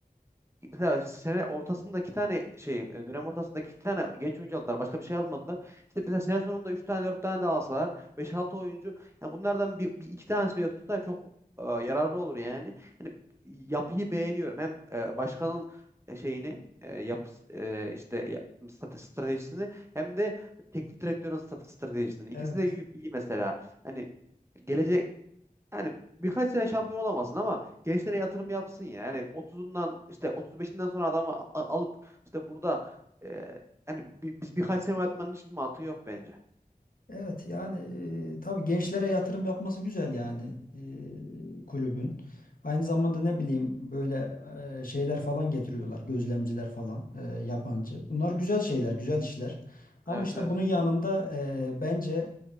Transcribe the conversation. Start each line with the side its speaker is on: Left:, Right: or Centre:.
Right: mesela sene ortasında iki tane şey e, dönem ortasında iki tane genç oyuncu aldılar. Başka bir şey almadılar. İşte mesela sene sonunda üç tane dört tane de alsalar beş altı oyuncu yani bunlardan bir, bir iki tanesi bile tutsa çok e, yararlı olur yani. Hani yapıyı beğeniyorum. Hem e, başkanın e, şeyini e, yapıs- e, işte ya- strate- stratejisini hem de teknik direktörün strate- stratejisini. İkisi
Left: Evet.
Right: de iyi, iyi mesela. Hani gelecek yani birkaç sene şampiyon olamazsın ama gençlere yatırım yapsın ya. Yani 30'undan işte 35'inden sonra adamı a- alıp işte burada e, yani bi- biz birkaç sene oynatmanın hiçbir mantığı yok bence.
Left: Evet yani e, tabii gençlere yatırım yapması güzel yani e, kulübün. Aynı zamanda ne bileyim böyle e, şeyler falan getiriyorlar gözlemciler falan e, yabancı. Bunlar güzel şeyler güzel işler. Ama
Right: Evet
Left: işte
Right: evet.
Left: bunun yanında e, bence